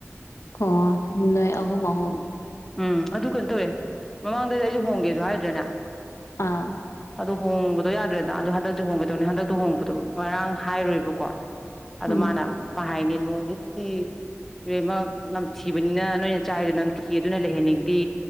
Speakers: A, on the left (about 75°); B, in the centre.
A: ꯑꯣ ꯅꯣꯏ ꯑꯍꯨꯝ ꯑꯍꯨꯝ
B: ꯎꯝ ꯑꯗꯨ ꯀꯩꯅꯣ ꯇꯧꯋꯦ ꯃꯃꯥꯡꯗꯗꯤ ꯑꯩꯁꯨ ꯍꯣꯡꯒꯦꯁꯨ ꯍꯥꯏꯗ꯭ꯔꯥꯅꯦ
A: ꯑꯥ
B: ꯑꯗꯨꯗꯣ ꯍꯣꯡꯕꯗꯣ ꯌꯥꯗ꯭ꯔꯦꯗꯅ ꯑꯗꯣ ꯍꯟꯗꯛꯇꯁꯨ ꯍꯣꯡꯒꯗꯧꯅꯤ ꯍꯟꯗꯛꯇꯣ ꯍꯣꯡꯕꯗꯣ ꯉꯔꯥꯡ ꯍꯥꯏꯔꯨꯏꯕꯀꯣ ꯑꯗꯨ
A: ꯎꯝ
B: ꯃꯥꯅ ꯍꯥꯏꯅꯦ ꯅꯣꯔꯠ ꯏꯁꯀꯤ ꯂꯣꯏꯅꯃꯛ ꯅꯝꯊꯤꯕꯅꯤꯅ ꯅꯣꯏꯅ ꯆꯥꯏꯔꯤꯗꯣ ꯅꯝꯊꯤ ꯀꯤ ꯑꯗꯨꯅ ꯂꯩꯍꯟꯅꯤꯡꯗꯦ